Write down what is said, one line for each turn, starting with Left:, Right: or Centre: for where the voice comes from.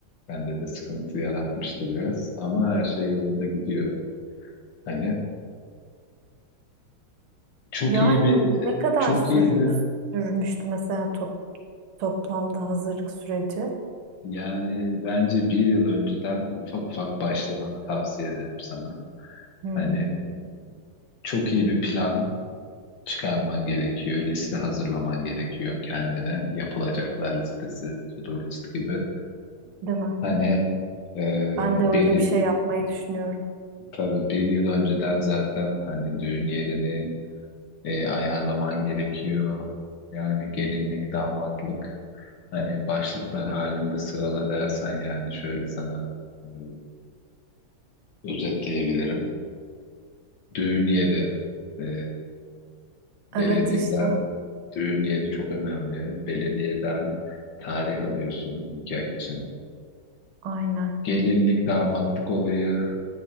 Left: Bende de sıkıntı yaratmıştı biraz ama her şey yolunda gidiyor. Hani çok
Right: Yani
Left: iyi bir
Right: ne kadar
Left: e, çok
Right: sür,
Left: iyi bir
Right: sürmüştü mesela top, toplamda hazırlık süreci?
Left: yani bence bir yıl önceden ufak ufak başlamanı tavsiye ederim sana.
Right: Hmm,
Left: Hani çok iyi bir plan çıkarman gerekiyor, liste hazırlaman gerekiyor kendine yapılacaklar listesi, to-do list gibi.
Right: değil mi?
Left: Hani e,
Right: Ben de öyle
Left: bir
Right: bir şey yapmayı düşünüyorum.
Left: tabii bir yıl önceden zaten hani düğün yerini e, ayarlaman gerekiyor. Yani gelinlik, damatlık hani başlıklar halinde sırala dersen yani şöyle sana e, özetleyebilirim. Düğün yeri e, belediyeden
Right: Evet işte
Left: düğün yeri çok önemli. Belediyeden tarih alıyorsun nikah için.
Right: aynen.
Left: Gelinlik, damatlık olayı